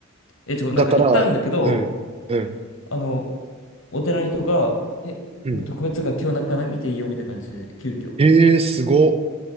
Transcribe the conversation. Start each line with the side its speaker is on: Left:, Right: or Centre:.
Left: え、ちょ、
Right: だから、
Left: なんか行ったんだけど、
Right: うん、うん、
Left: あの、お寺の人が、え、
Right: うん。
Left: もう特別だから今日中見ていいよみたいな感じで、急遽。
Right: ええーすごっ。